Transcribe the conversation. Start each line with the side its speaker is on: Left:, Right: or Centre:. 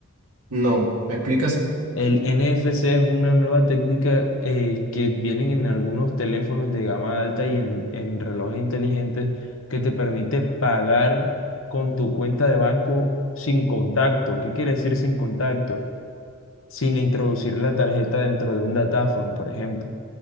Right: No, ¿me explicas?
Left: El NFC es una nueva técnica eh, que vienen en algunos teléfonos de gama alta y en, en relojes inteligentes que te permite pagar con tu cuenta de banco sin contacto. ¿Qué quiere decir sin contacto? Sin introducir la tarjeta dentro de un datáfono, por ejemplo.